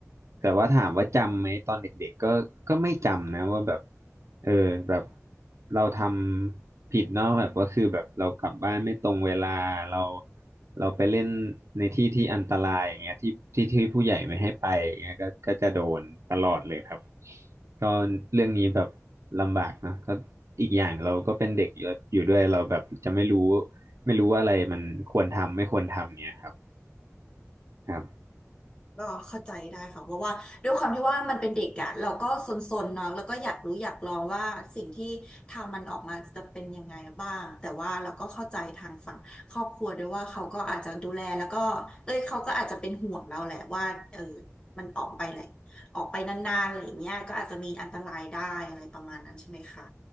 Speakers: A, on the right (about 65°); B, on the left (about 20°).
A: แต่ว่าถามว่าจำไหมตอนเด็กๆก็ก็ไม่จำนะว่าแบบเออแบบเราทำผิดเนาะแบบว่าคือแบบเรากลับบ้านไม่ตรงเวลาเราเราไปเล่นในที่ที่อันตรายอย่างเงี้ยที่ที่ที่ผู้ใหญ่ไม่ให้ไปอย่างเงี้ยก็ก็จะโดนตลอดเลยครับก็เรื่องนี้แบบลำบากเนอะก็อีกอย่างเราก็เป็นเด็กอยู่อยู่ด้วยเราแบบจะไม่รู้ไม่รู้ว่าอะไรมันควรทำไม่ควรทำเนี่ยครับครับ
B: ก็เข้าใจได้ค่ะเพราะว่าด้วยความที่ว่ามันเป็นเด็กอะเราก็ซนๆเนาะแล้วก็อยากรู้อยากลองว่าสิ่งที่ทำมันออกมาจะเป็นยังไงบ้างแต่ว่าเราก็เข้าใจทางฝั่งครอบครัวด้วยว่าเขาก็อาจจะดูแลแล้วก็เอ้ยเขาก็อาจจะเป็นห่วงเราแหละว่าเออมันออกไปแหละออกไปนานๆอะไรอย่างเงี้ยก็อาจจะมีอันตรายได้อะไรประมาณนั้นใช่ไหมคะ